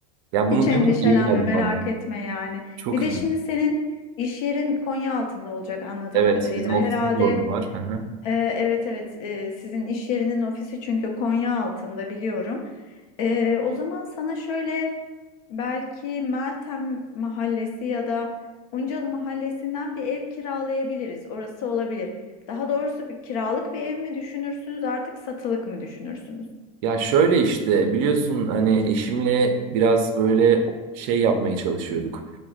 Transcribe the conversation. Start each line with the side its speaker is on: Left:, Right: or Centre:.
Right: Ya bunu
Left: Hiç endişelenme,
Right: duymak iyi geldi
Left: merak
Right: bana.
Left: etme yani.
Right: Çok
Left: Bir de
Right: iyi.
Left: şimdi senin iş yerin Konya altında olacak anladığım
Right: Evet,
Left: kadarıyla.
Right: bizim ofisin
Left: Herhalde
Right: de orada var. Hı hı.
Left: e, evet evet e, sizin iş yerinin ofisi çünkü Konya altında biliyorum. E, o zaman sana şöyle Belki Meltem Mahallesi ya da Uncalı Mahallesi'nden bir ev kiralayabiliriz. Orası olabilir. Daha doğrusu bir kiralık bir ev mi düşünürsünüz, artık satılık mı düşünürsünüz?
Right: Ya şöyle işte biliyorsun hani eşimle biraz böyle şey yapmaya çalışıyorduk.